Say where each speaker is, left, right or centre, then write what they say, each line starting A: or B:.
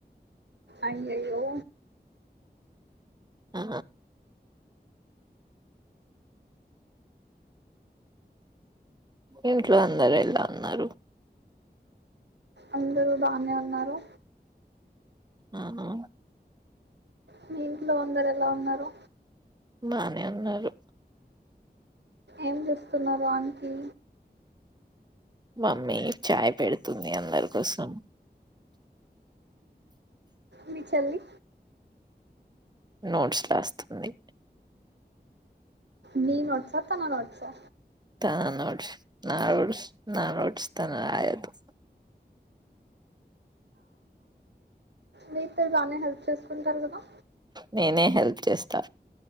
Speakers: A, on the right; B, on the right.
A: అయ్యాయాయో
B: ఆ ఇంట్లో అందర ఎలా అన్నారు
A: అందరూ బానే ఉన్నారు
B: ఆ హా
A: మీ ఇంట్లో అందరు ఎలా ఉన్నారు
B: బానే వున్నారు
A: ఏం చేస్తున్నారు ఆయిన్కి
B: మమ్మీ చాయ్ పెడుతుంది అందర్ కోసం
A: మీ చెల్లి
B: నోట్స్ రాస్తుంది
A: నీ వాట్సా తన వాట్సా
B: నా నోడ్స్ నా నోడ్స్ నా నోట్స్ తన రాయదు
A: మీతే బానే హెల్ప్ చేసుకుంటార్ కదా
B: నేనే హెల్ప్ చేస్తా